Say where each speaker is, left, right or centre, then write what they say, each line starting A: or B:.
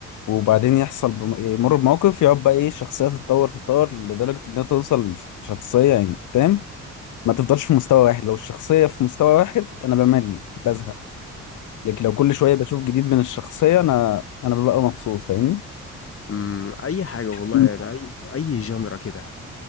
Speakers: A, on the left; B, on the left.
A: وبعدين يحصل بم... يمر بموقف يقعد بقى ايه الشخصيه تتطور تتطور لدرجه انها توصل لشخصيه يعني فاهم ما تفضلش في مستوى واحد لو الشخصيه في مستوى واحد انا بمل بزهق لكن لو كل شويه بشوف جديد من الشخصيه انا انا ببقى مبسوط فاهمني
B: امم اي حاجة والله
A: مم.
B: يعني اي اي جنرا كده